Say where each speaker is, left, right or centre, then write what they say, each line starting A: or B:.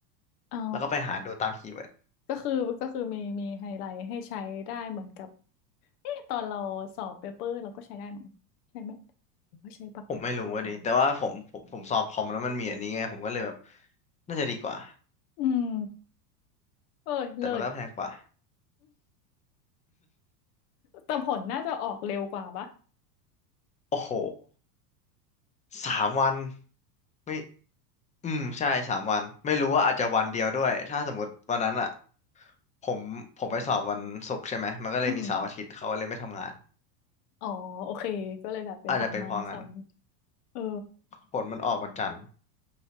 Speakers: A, on the left; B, on the left.
A: อ๋อ
B: แล้วก็ไปหาดูตามคีย์เวิร์ด
A: ก็คือก็คือมีมีไฮไลท์ให้ใช้ได้เหมือนกับเอ๊ะตอนเราสอบเปเปอร์เราก็ใช้ได้มั้งใช่ไหมหรือว่าใช้ปากกาทั่วไป
B: ผมไม่รู้ว่าดิแต่ว่าผมผมผมสอบคอมแล้วมันมีอันนี้ไงผมก็เลยแบบน่าจะดีกว่า
A: อืมเอ้ยเลิศ
B: แต่มันก็แพงกว่า
A: แต่ผลน่าจะออกเร็วกว่าปะ
B: <laughs> โอ้โหสามวันไม่อืมใช่สามวันไม่รู้ว่าอาจจะวันเดียวด้วยถ้าสมมติวันนั้นอ่ะผมผมไปสอบวันศุกร์ใช่ไหมมันก็เลยมีเสาร์อาทิตย์เขาก็เลยไม่ทำงาน
A: อืมอ๋อ โอเค ก็เลยแบบเป็นสามวันสามวัน
B: อาจจะเป็นเพราะงั้น
A: เออ
B: ผลมันออกวันจันทร์